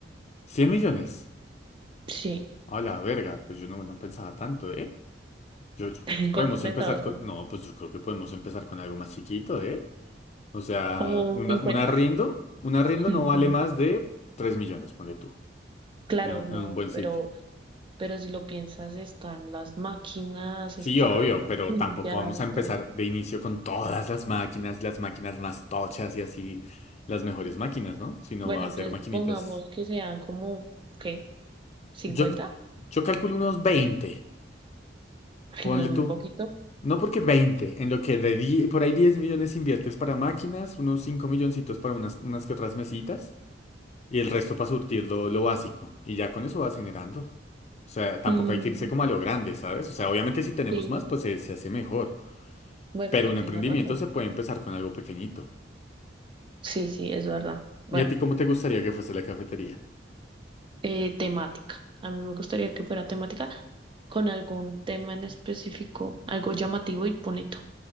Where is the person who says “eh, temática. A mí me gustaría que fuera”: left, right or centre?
Right